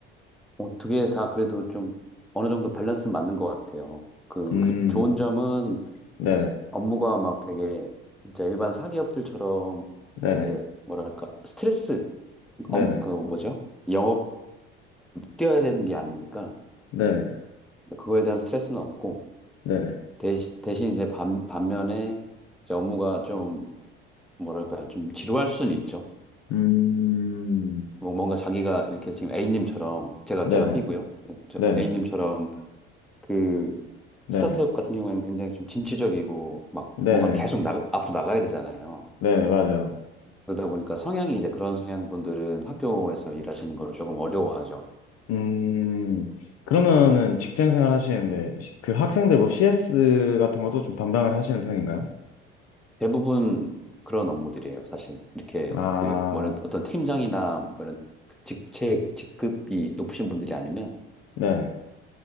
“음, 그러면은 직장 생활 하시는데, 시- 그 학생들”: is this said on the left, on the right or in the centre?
Left